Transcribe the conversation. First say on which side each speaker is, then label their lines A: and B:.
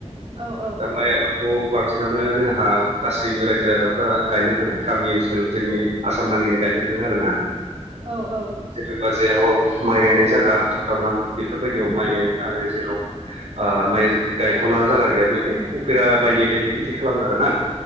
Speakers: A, on the right; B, on the right.
A: औ औ
B: दा
A: थारैनो
B: माइ आबादखौ बांसिनानो जोंहा जोंहा गासैबो रायजो राजाफ्रा गायनो थाङो गामि ओनसोल जोंनि आसाम नाङैनो गायनो थाङो आरोना।
A: औ औ
B: जिथुबा जेराव माइ गायनाय जागा थाथावना बेफोरबायदियाव माइ गायो आरो जेराव माइ गायथ'ना जायगा गैया बेवहाय उफेरा बायदि बायदि खेथि खालामो आरोना